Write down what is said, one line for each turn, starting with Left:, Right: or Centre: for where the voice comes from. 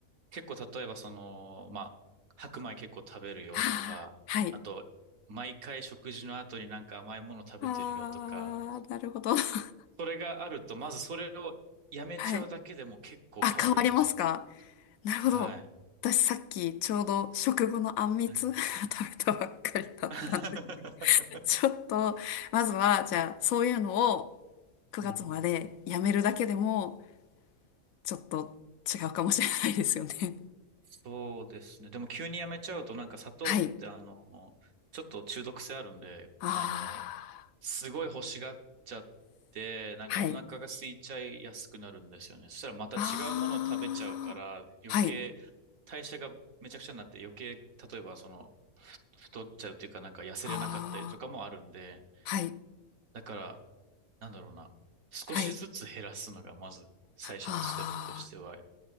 Right: 結構例えばその、まあ、白米結構食べるよとか、
Left: ああ、はい。
Right: あと、毎回食事の後になんか甘いもの食べてるよとか、
Left: ああ、なるほど。<laughs>
Right: それがあると、まずそれをやめちゃうだけでも結構変わるんですよね。
Left: はい。あ、変わりますかなるほど。
Right: はい。
Left: 私さっきちょうど食後のあんみつ
Right: はい
Left: <laughs> 食べたばっかりだったんで
Right: <laughs>
Left: <laughs> ちょっと、まずは、じゃあ、そういうのを9月までやめるだけでも、
Right: うん。
Left: ちょっと違うかもしれないですよね。
Right: そうですね。でも急にやめちゃうとなんか砂糖ってあの、
Left: <laughs> はい。
Right: ちょっと中毒性あるんで、
Left: あ
Right: あの、
Left: あ、
Right: すごい欲しがっちゃって、なんかお腹が空いちゃいやすくなるんですよね。
Left: はい。
Right: そしたらまた違うものを食べちゃうから、
Left: ああ、
Right: 余計代謝がめちゃくちゃになって余計、
Left: はい。
Right: 例えばその、ふ太っちゃうっていうかなんか痩せれなかったりとかもあるんで、
Left: ああ、はい。
Right: だから、なんだろうな、少しずつ減らすのがまず最初のステップとしては、
Left: はい。ああ、
Right: 例